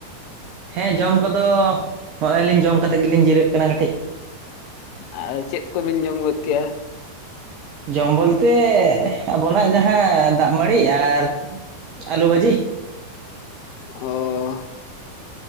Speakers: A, on the right; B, on the left.
A: ᱦᱮᱸ ᱡᱚᱢ ᱠᱚᱫᱚ ᱱᱚᱜᱼᱚᱭ ᱞᱤᱧ ᱡᱚᱢ ᱠᱟᱛᱮᱫ ᱜᱮᱞᱤᱧ ᱡᱤᱨᱟᱹᱜ ᱠᱟᱱᱟ ᱠᱟᱹᱴᱤᱡᱼᱼ
B: ᱟ ᱪᱮᱫ ᱠᱚ ᱵᱤᱱ ᱡᱚᱢ ᱜᱚᱫ ᱠᱮᱜᱼᱟ?
A: ᱡᱚᱢ ᱵᱚᱞ ᱛᱮ ᱟᱵᱚᱱᱟᱜ ᱡᱟᱦᱟᱸ ᱫᱟᱜ ᱢᱟᱹᱲᱤ ᱟᱨ ᱟᱹᱞᱩ ᱵᱷᱟᱹᱡᱤ
B: ᱚᱻᱚ